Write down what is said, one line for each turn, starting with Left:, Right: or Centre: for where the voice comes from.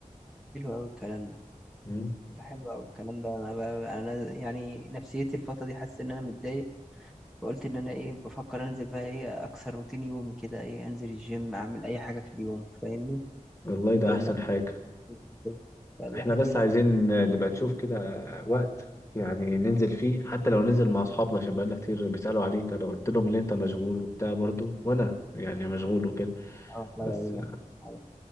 Centre: حلو أوي الكلام ده
Left: مم.
Centre: ده حلو أوي الكلام ده أنا بقى أنا يعني نفسيتي الفترة دي حاسس إن أنا متضايق فقلت إن أنا إيه بفكر أنزل بقى إيه أكسر روتين يومي كده إيه أنزل الجيم أعمل أي حاجة في اليوم فاهمني
Left: والله ده
Centre: بدل
Left: احسن
Centre: ما أكون
Left: حاجة
Centre: في كده فالواحد
Left: احنا بس
Centre: ينزل
Left: عايزين نبقى نشوف كده وقت يعني ننزل فيه حتى لو ننزل مع اصحابنا عشان بقالنا كتير بيسألوا عليك انا قلت لهم ان انت مشغول وبتاع برضو وانا يعني مشغول وكده
Centre: آه، الله
Left: بس
Centre: يعينك على